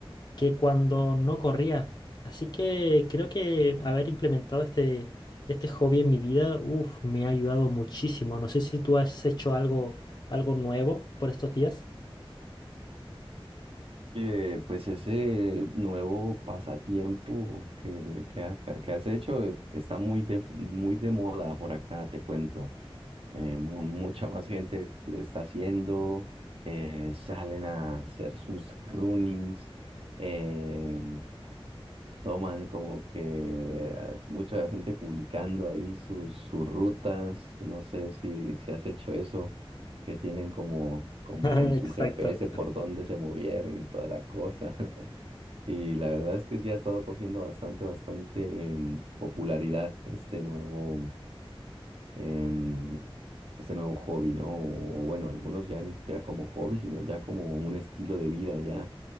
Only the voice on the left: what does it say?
que cuando no corría. Así que creo que haber implementado este, este hobby en mi vida, uf, me ha ayudado muchísimo. No sé si tú has hecho algo, algo nuevo por estos días.
<laughs>
Exacto.